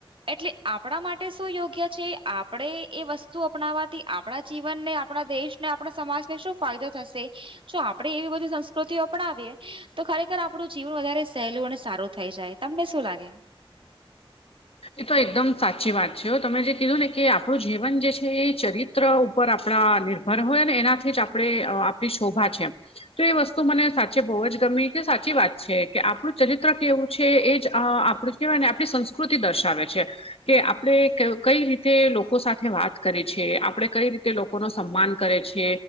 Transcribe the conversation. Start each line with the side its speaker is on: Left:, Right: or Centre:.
Right: એટલે આપણા માટે શું યોગ્ય છે આપણેે એ વસ્તુ અપનાવાથી આપણે આપણા જીવનને આપણા દેશને આપણા સમાજને શું ફાયદો થશે? જો આપડે એવી બધી સંસ્કૃતિઓ પણાવએ તો ખરેખર આપણું જીવન વધારે સહેલું અને સારું થઈ જાય તમને શું લાગે?
Left: એ તો એકદમ સાચી વાત છે તમે જે કીધું ને કે આપણું જીવન જે છે એ ચરિત્ર <inaudible> ઉપર આપણા નિર્ભર હોય ને એનાથી જ આપણે આપણી શોભા છે. તો એ વસ્તુ મને સાચે બહુ જ ગમી કે સાચી વાત છે કે આપણું ચરિત્ર કેવું છે એ જ આપણું કવાય ને આપણી સંસ્કૃતિ દર્શાવે છે. કે આપણે કઈ રીતે લોકો સાથે વાત કરીે છે આપણે કઈ રીતે લોકો લોકો ન સન્માન કરે છે